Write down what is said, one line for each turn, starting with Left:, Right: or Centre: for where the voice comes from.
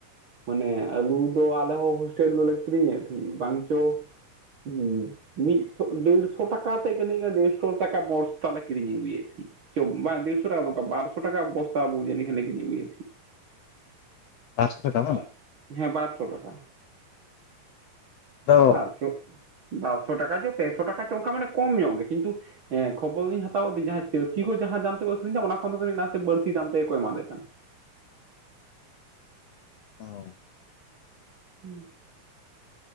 Right: ᱢᱟᱱᱮ ᱟᱞᱩ ᱫᱚ ᱟᱞᱮ ᱦᱚᱸ ᱦᱳᱥᱴᱮᱞ ᱨᱮᱞᱮ ᱠᱤᱨᱤᱧᱮᱫ ᱛᱟᱦᱮᱸᱫ ᱵᱟᱝ ᱪᱚ, ᱦᱩ ᱢᱤᱫᱥᱚ ᱰᱮᱲᱥᱚ ᱴᱟᱠᱟ ᱛᱮ ᱠᱟᱹᱱᱟ <unintelligible> <unintelligible> ᱴᱟᱠᱟ ᱵᱚᱥᱛᱟ ᱛᱟᱞᱮ ᱠᱤᱨᱤᱧ ᱟᱹᱜᱩᱭᱮᱫ ᱛᱟᱹᱦᱤᱡ᱾ ᱪᱚ ᱵᱟᱝ ᱫᱮᱲᱥᱚ ᱴᱟᱠᱟ ᱫᱚ ᱵᱟ ᱵᱟᱨᱥᱚ ᱴᱟᱠᱟ ᱵᱚᱥᱛᱟ ᱵᱩᱡᱟᱹᱱ ᱞᱮ ᱠᱤᱨᱤᱧ ᱟᱹᱜᱩᱭᱮᱫ ᱛᱟᱸᱦᱮᱫ᱾
Left: ᱵᱟᱨᱥᱚ ᱴᱟᱠᱟ ᱵᱟᱝ?
Right: ᱛᱟᱦᱮᱸᱫ᱾ ᱦᱮᱸ ᱵᱟᱨᱥᱚ ᱴᱟᱠᱟ᱾
Left: ᱟᱫᱚ
Right: ᱵᱟᱨᱥᱚ ᱵᱟᱨᱥᱚ ᱴᱟᱠᱟ ᱪᱚ ᱯᱮᱥᱚ ᱴᱟᱠᱟ ᱪᱚ ᱚᱱᱠᱟ ᱢᱟᱱ ᱠᱚᱢ ᱧᱚᱜᱚ ᱜᱮ ᱠᱤᱱᱛᱩ, ᱦᱮᱸ ᱠᱷᱚᱵᱚᱨ ᱞᱤᱧ ᱦᱟᱛᱟᱣ ᱫᱟ ᱡᱟᱦᱟᱸ ᱪᱟᱹᱥᱤ ᱠᱚ ᱡᱟᱦᱟᱸ ᱫᱟᱢ ᱛᱮᱠᱚ ᱟᱹᱠᱷᱨᱤᱧ ᱮᱫᱟ ᱚᱱᱟ ᱠᱷᱚᱱ ᱫᱚ ᱠᱟᱹᱴᱤᱡ ᱱᱟᱥᱮ ᱵᱟᱹᱲᱛᱤ ᱫᱟᱢ ᱛᱮᱠᱚ ᱮᱢᱟᱞᱮ ᱠᱟᱱᱟ᱾
Left: ᱚ,
Right: ᱦᱩ,